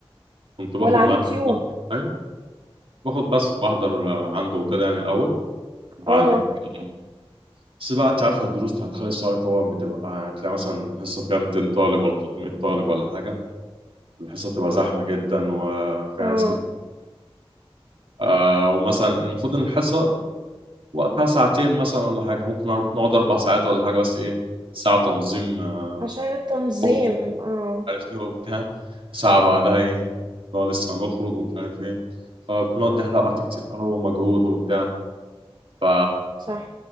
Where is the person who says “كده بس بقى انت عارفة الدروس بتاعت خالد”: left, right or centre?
Right